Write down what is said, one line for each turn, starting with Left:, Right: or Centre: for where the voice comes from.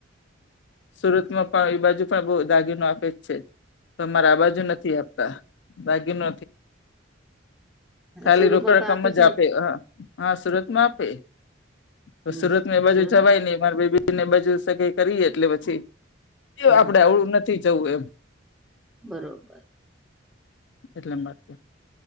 Left: સુરતમાં પણ એ બાજુ પણ બહ દાગીનો આપે જ છે. તો અમારે અવાજુ નથી આપતા બાકી ન ખાલી
Centre: સુરતમાં
Left: રોકડ રકમજ
Centre: તો છે
Left: આપે
Centre: ને
Left: હ હા સુરતમાં આપે તો
Centre: હમ
Left: સુરત માં એ બાજુ
Centre: સુરતમાં
Left: જવાય ને માર બેબી ને ઈ બાજુ સગાઈ કરી એટલે પછી એ
Centre: હા
Left: આપડે આવડું નથી જવું એમ
Centre: બરોબર
Left: એટલા માં